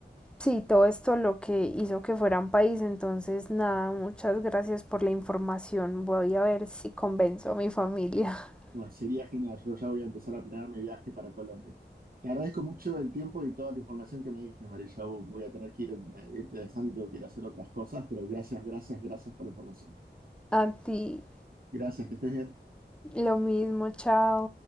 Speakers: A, in the centre; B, on the right.
A: Sí, todo esto lo que hizo que fuera un país, entonces nada, muchas gracias por la información. Voy a ver si convenzo a mi familia. <laughs>
B: Bueno, sería genial. Yo ya voy a empezar a planear mi viaje para Colombia. Te agradezco mucho el tiempo y toda la información que me diste, María. voy a tener que ir, irte dejando, quiero hacer otras cosas, pero gracias, gracias, gracias por la información.
A: A ti,
B: Gracias, que estés bien.
A: lo mismo, chao.